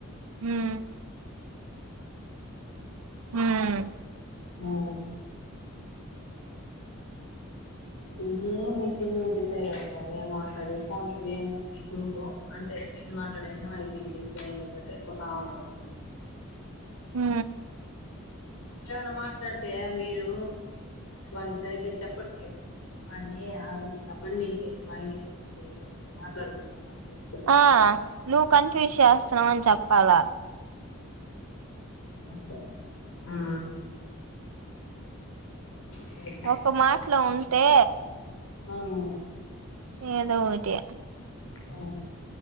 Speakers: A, on the right (about 80°); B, on the left (about 80°).
A: హ్మ్ హ్మ్
B: ఆ ఏమీ మీ పిన్ని డిసైడ్ అవుతాది ఏమో అంటది పోనీ ఏమో ఏ గ్రూపో అంతే ఫీజ్ మాట్లాడేసాం అయిపోయింది జాయిన్ అయిపోతే పోతా ఉన్నారు
A: ఆ
B: ఏమన్నా మాట్లాడితే మీరు వానికి సరిగ్గా చెప్పట్లేదు వాని ఆగు అక్కనె నిలిపేసి బయటకి పంపించేయ్ మేము మాట్లాడుకుంటాం అప్పుడు
A: ఆ నువ్వు కన్ఫ్యూజ్ చేస్తున్నావ్ అని చెప్పాలా
B: నమస్తే ఊ ఇగ
A: ఒక మాట్లో ఉంటే
B: ఆవ్
A: ఏదోవోటి
B: ఆ